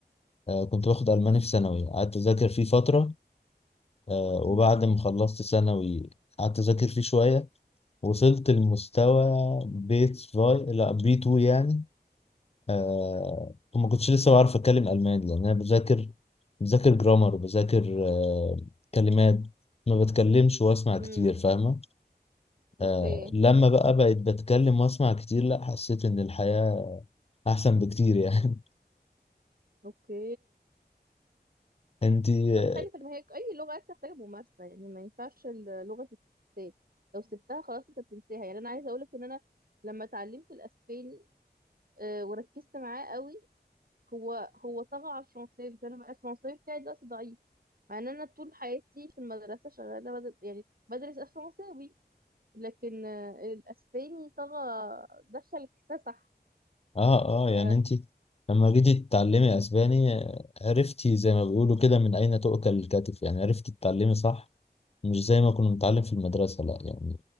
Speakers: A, on the left; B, on the right.
A: آه كنت باخد الماني في ثانوي قعدت اذاكر فيه فترة آه، وبعد
B: مم،
A: ما خلصت ثانوي قعدت أذاكر فيه شوية وصلت لمستوى بيت فاي لا بي 2 يعني آه وما كنتش لسه بعرف أتكلم ألماني لأن أنا بذاكر بذاكر جرامر بذاكر آه كلمات ما بتكلمش وأسمع
B: مم.
A: كتير فاهمة
B: أوكي
A: آه لما بقى بقيت بتكلم وأسمع كتير لا حسيت إن الحياة أحسن بكتير يعني
B: أوكي
A: <laughs> أنتي
B: طب حلو طب ما هي أي لغة بتحتاج ممارسة يعني ما ينفعش اللغة تتنسى لو سبتها خلاص أنت بتنساها يعني أنا عايزة أقولك إن أنا لما اتعلمت الأسباني آه، وركزت معاه قوي هو هو طغى على الفرنساوي فانا بقى الفرنساوي بتاعي دلوقتي ضعيف مع ان انا طول حياتي في المدرسه شغاله بدل يعني بدرس الفرنساوي لكن آه، الاسباني طغى دخل اكتسح
A: اه اه
B: ف
A: يعني انت لما جيتي تتعلمي اسباني آه، عرفتي زي ما بيقولوا كده من اين تؤكل الكتف يعني عرفتي تتعلمي صح مش زي ما كنا بنتعلم في المدرسة لا يعني